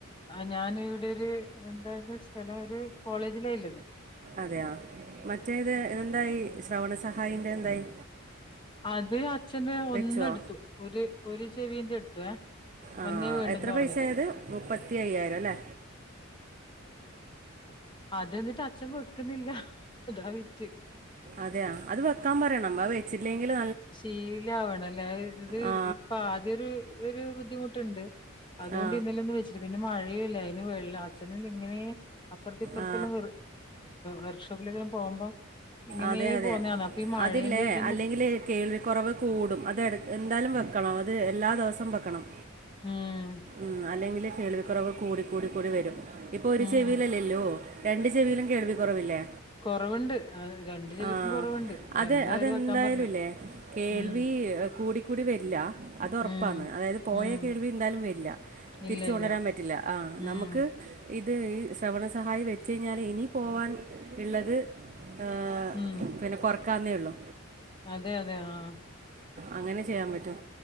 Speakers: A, on the left (about 25°); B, on the right (about 35°).
A: ആ ഞാന് ഇവിടെ ഒരു എന്താണ്ട് സ്ഥലം ഒരു കോളേജിലാഇല്ലത്
B: അതെയാ മറ്റേത് എന്തായി ശ്രവണ സഹായിന്റെ എന്തായി?
A: അത് അച്ഛന്
B: വെച്ചുവോ
A: ഒന്നെടുത്തു, ഒരു ഒരു ചെവിന്റെ എടുത്തു ഏ.
B: ആ
A: ഒന്നേ വേണ്ടന്ന്
B: എത്ര പൈസ
A: പറഞ്ഞിട്ട്
B: ആയത് മുപ്പത്തി അയ്യായിരം ല്ലേ?
A: അതെന്നിട്ട് അച്ഛൻ വെക്കുന്നില്ല അതാ വിറ്റ്
B: അതെയാ അത് വെക്കാൻ പറയണം വെച്ചില്ലെങ്കില്
A: ശീലാവണലേ <unintelligible>
B: ആ
A: ഇപ്പ ആദ്യൊരു ഒരു ഒരു ബുദ്ധിമുട്ടുണ്ട് അതുകൊണ്ട്
B: ആ
A: ഇന്നലൊന്നും വെച്ചിട്ട് പിന്നെ മഴയുല്ലയിരുന് ആയിന്ന് വെള്ള അച്ഛന് ഇങ്ങനെ അപ്പറത്തെ ഇപ്പറത്തെല്ലാം
B: ആ
A: വർക്ക്ഷോപ്പിലെിലും പോവുമ്പോ ഇങ്ങനെ
B: അതെ അതെ
A: പോന്നയാന്ന്. അപ്പൊ ഈ മഴേന്റെ
B: അതില്ലേ
A: ഇതന്ന്
B: അല്ലെങ്കിൽ കേൾവിക്കുറവ് ചൂടും. അത് എന്തായാലും വെക്കണം അത് എല്ലാ ദിവസവും വെക്കണം.
A: ഉം
B: മ്മ് അല്ലെങ്കില് കേൾവിക്കുറവ് കൂടി കൂടി കൂടി വരും. ഇപ്പൊ ഒരു
A: ഉം
B: ചെവിയില്ലല്ലോ
A: ഉം
B: ഇള്ളു. രണ്ട് ചെവിയിലും കേൾവി കുറവില്ലേ?
A: കൊറവുണ്ട്. രണ്ട് ചെവിക്കും
B: ആഹ്
A: കൊറവുണ്ട്
B: അത്
A: രണ്ടും
B: അതെന്തായാലുംല്ലേ
A: അവര് വെക്കാൻ പറഞ്ഞേ
B: കേൾവി
A: ഉം
B: കൂടി കൂടി വരി <inaudible> വരില്ല അത് ഉറപ്പാണ്
A: ഉം
B: അതായത് പോയ
A: ഉം
B: കേൾവി എന്തായാലും വരില്ല. തിരിച്ച്
A: ഇല്ല
B: കൊണ്ടുവരാൻ
A: ഇല്ല
B: പറ്റില്ലെന്ന്. ആഹ്
A: ഉം
B: നമുക്ക് ഇത് ഈ ശ്രവണ സഹായി വെച്ച് കഴിഞ്ഞാല് ഇനി പോവാൻ ഇള്ളത് ഏഹ്
A: ഉം
B: പിന്നെ കൊറക്കാന്നേ ഉള്ളു.
A: അതെ അതെ ആഹ്
B: അങ്ങനെ ചെയ്യാൻ പറ്റും